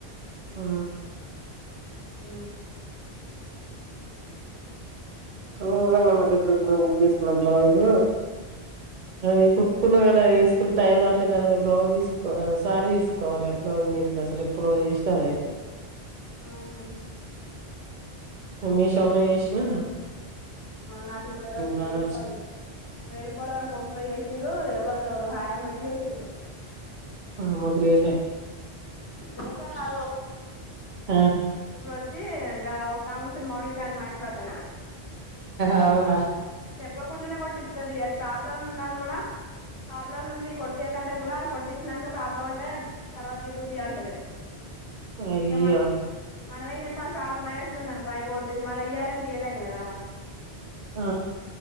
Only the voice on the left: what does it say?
ఉ
ఆహా
నాకు ఇప్పుడు ఎవ
వెయ్యి రూపాయలు
వెయ్యి రూపాయలు ఎవరో ఫోన్ పే చేసి తిరు ఎవలో తెల్వదు హయ్ అని పెట్టీ చేసిర్రు
గ్రేట్ ఎమ్ కాదు
ఇప్పుడు వచ్చి ఒక ఆమె ఉంటుంది మౌనిక అని మా ఇంటి పక్కన
చెప్పకుండానే కొట్టిస్తుంది అది ప్రాబ్లంలు ఉంద అని కూడా ప్రాబ్లంలు ఉంది కొట్టియాకంటే కూడా కొట్టించాక ప్రాబ్లం అంటే తర్వాతకి దూపి అంటది
ఇక మనం మనం ఏం చేస్తాం ప్రాబ్లం అైననస్ ఉంది అనుకో అయిపోతే మళ్ళీ ఇయాలంటేదలేం కదా